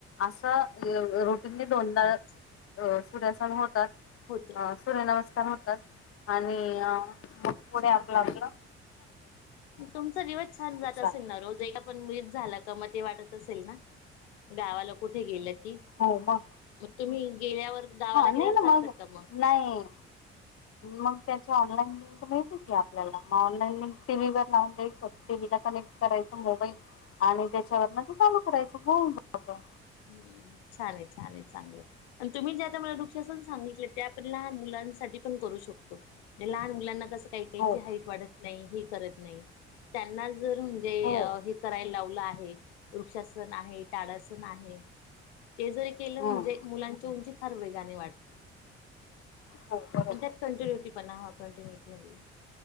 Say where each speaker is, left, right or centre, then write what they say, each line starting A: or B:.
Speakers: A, on the left; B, on the left.
A: असं ये..... तर हे दोनदा
B: अच्छा
A: रोज. सूर्यासन होतात.
B: होत
A: हं सूर्यनमस्कार होतात. आनी... अ. मग पुढे आपल आपल.
B: तुमचा दिवस छान जात असेल
A: आहे
B: ना रोज. एकदा पन मिनिट झाला कां म ते वाटत असेल ना! गावा ला कुठे गेलेत.
A: हो. म.
B: तुम्ही. गेल्यावर गावाला
A: हा, नाही
B: गेल्यावर
A: ना
B: करतात
A: मग?
B: का
A: नाही. मग त्याच्या ऑनलाईन लिंक मिळतील कीं आपल्याला. म ऑनलाईन मी टी व्ही वर लावून द्यायचं. टीव्ही ला कनेक्ट करायच. मोबाईल आणि त्याची हा म ते चालू करायचं हो. हो.
B: हं छान ये छान ये. चांगल ये आनी तुम्ही ज्या त्या मला वृक्षसन सांगितले ते आपन लहाना.. मुलांसाठी पन करू शकतो. ते लहान मुलांना कस काय त्यांची
A: हो
B: हाईट वाढत नाही. ते करत नाही. त्यांना जर म्हनजे,
A: हो
B: हे करायला लावल आहे, वृक्षासन आहे. ताडाच आहे. ते जरी केलं
A: हम्म
B: म्हणजे, मुलांची उंची फार वेगाने वाढते.
A: हो बरोबर
B: पण त्यात कॉनिनुटी पणा हवा. कंटिन्युटी हवी.